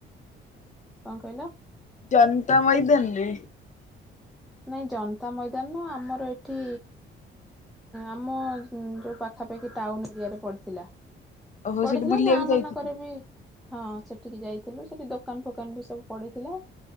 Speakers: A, in the centre; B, on the left (about 40°).
A: କଣ କହିଲ?
B: ଜନତା ମଇଦନି
A: ନାଇଁ ଜନତା ମଇଦାନ ଆମର ଏଠି ଆମ ଯୋଉ ପାଖାପାଖି ଟାଉନ ଏରିଆରେ ପଡିଥିଲା।
B: ଓହୋ
A: ପଢିଥିଲା
B: ସେଠି ବୁଲିବାକୁ
A: ଗାଁ
B: ଯାଇଥିଲ।
A: ମାନଙ୍କରେ ବି ହଁ ସେଠିକି ଯାଇଥିଲୁ ସେଠି ଦୋକାନ ଫୋକାନ ବି ସବୁ ପଡିଥିଲା।